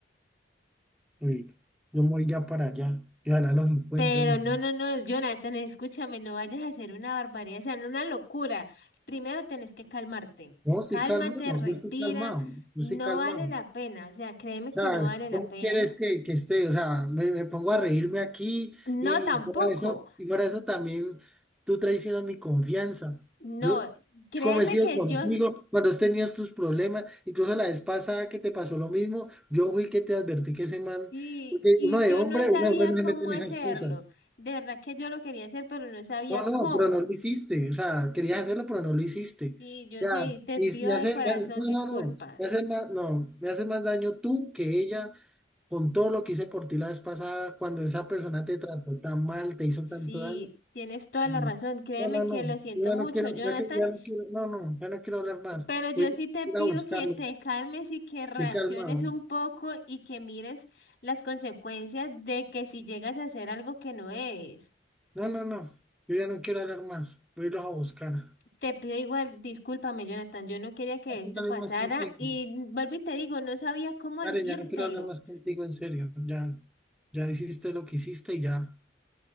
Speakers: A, in the centre; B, on the left.
A: Uy, yo me voy ya para allá. Y ojalá los encuentren.
B: Pero no, no, no, Jonathan, escúchame, no vayas a hacer una barbaridad, o sea, no una locura. Primero tenés que calmarte.
A: No, sí,
B: Cálmate,
A: calmado.
B: respira.
A: Yo estoy calmado. Yo
B: No
A: estoy calmado.
B: vale la pena, o sea, créeme
A: sea,
B: que no vale la
A: ¿cómo
B: pena.
A: quieres que, que esté? O sea, me, me pongo a reírme aquí
B: No,
A: y,
B: tampoco.
A: y para eso, y para eso también tú traicionas mi confianza.
B: No,
A: Yo
B: créeme
A: como he sido
B: que
A: contigo
B: yo s-
A: cuando has tenido tus problemas, incluso la vez pasada que te pasó lo mismo, yo fui el que te advertí que ese man,
B: y,
A: porque
B: y
A: uno de
B: yo
A: hombre,
B: no sabía
A: uno de hombre no se
B: cómo
A: mete en
B: hacerlo.
A: esas cosas.
B: De verdad que yo lo quería hacer, pero no sabía
A: No,
B: cómo.
A: no, pero no lo hiciste, o sea, querías hacerlo, pero no lo hiciste.
B: Sí, yo
A: O sea,
B: sé, y te
A: y
B: pido
A: me
B: de
A: hace,
B: corazón
A: me hace- no,
B: disculpas.
A: no, no, me hace más, no, me hace más daño tú que ella con todo lo que hice por ti la vez pasada, cuando esa persona te trató tan mal, te hizo
B: Sí,
A: tanto daño.
B: tienes toda
A: mm,
B: la razón. Créeme
A: No, no, no,
B: que lo siento
A: yo ya
B: mucho,
A: no quiero,
B: Jonathan.
A: ya, que- ya no quiero, no, no, ya no quiero hablar más.
B: Pero yo
A: Voy a
B: sí te pido
A: ir a buscarlos,
B: que te calmes y que reacciones
A: estoy calmado.
B: un poco y que mires las consecuencias de que si llegas a hacer algo que no es.
A: No, no, no, yo ya no quiero hablar más, voy a irlos a buscar. No
B: Te pido igual, discúlpame, Jonathan, yo no quería que esto
A: quiero hablar
B: pasara
A: más contigo.
B: y vuelvo y te digo, no sabía cómo
A: Karen,
B: decírtelo.
A: ya no quiero hablar más contigo, en serio. Ya, ya hiciste lo que hiciste y ya,